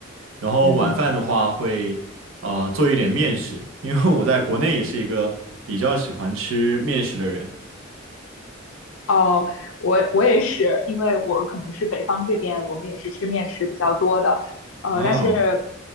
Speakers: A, on the right; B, on the left.
A: 然后晚饭的话会，
B: 嗯
A: 呃，做一点面食，因为我在国内也是一个比较喜欢吃面食的人。
B: 哦，我我也是，因为我可能是北方这边，我们也是吃面食比较多的，呃，
A: 哦，
B: 但是